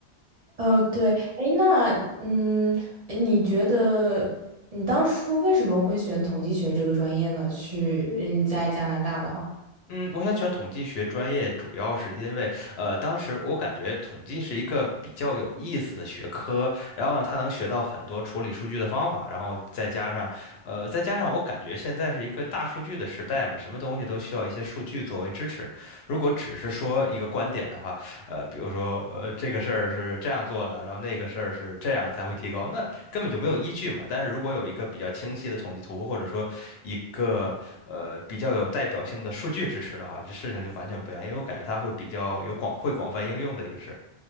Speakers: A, on the right (about 40°); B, on the left (about 70°).
A: 呃，对，哎，那嗯，你觉得你当初为什么会选统计学这个专业呢？去嗯，在加拿大的话。
B: 嗯，我想选统计学专业，主要是因为，呃，当时我感觉统计是一个比较有意思的学科，然后呢，它能学到很多处理数据的方法，然后再加上，呃，再加上我感觉现在是一个大数据的时代嘛，什么东西都需要一些数据作为支持。如果只是说一个观点的话，呃，比如说呃这个事儿是这样做的，然后那个事儿是这样才会提高，那根本就没有依据嘛。但是如果有一个比较清晰的统计图，或者说一个呃比较有代表性的数据支持的话，这事情就完全不一样，因为我感觉它会比较有广会广泛应用的一个事。